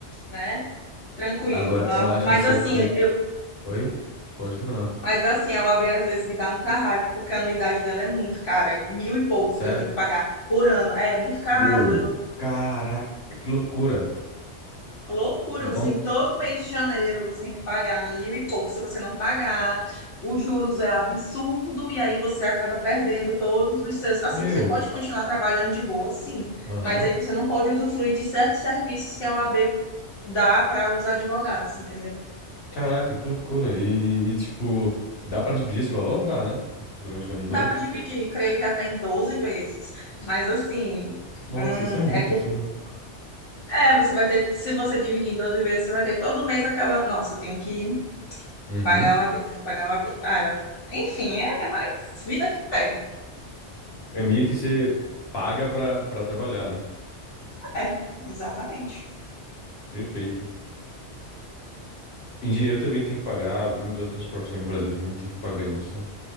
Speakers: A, on the left; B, on the left.
A: né? Tranquilo.
B: Agora,
A: A-
B: eu acho
A: Mas
B: que essa
A: assim,
B: aqui daqui.
A: eu,
B: Oi? Pode terminar.
A: mas assim, a OAB às vezes me dá muita raiva, porque a anuidade dela é muito cara, é mil e pouco
B: Sério?
A: que eu tenho que pagar por ano. É muito caro.
B: Uou,
A: Eu,
B: caraca, que loucura.
A: Loucura,
B: Então,
A: você tem todo mês de janeiro, você tem que pagar mil e pouco. Se você não pagar, os juros é absurdo e aí você acaba perdendo todos os seus. Assim,
B: meu,
A: você pode continuar trabalhando de boa, sim,
B: aham.
A: mas aí você não pode usufruir de certos serviços que a OAB dá para os advogados, entendeu?
B: Caraca, que loucura. E, e, tipo, dá pra dividir esse valor? Dá, né? Durante o ano todo.
A: Dá para dividir, creio que até em 12 vezes, mas assim,
B: Nossa,
A: hum,
B: isso é muito
A: é, que-
B: absurdo.
A: é, você vai ter, se você dividir em 12 vezes, você vai ter todo mês aquela, nossa, eu tenho que
B: Uhum.
A: Pagar o habitantes, pagar o habitantes. Ah, enfim, é, mas vida que pegue.
B: É meio que você paga pra, pra trabalhar, né?
A: É, exatamente.
B: Perfeito. Engenheiro também tem que pagar, algumas outras profissões no Brasil também tem que pagar isso.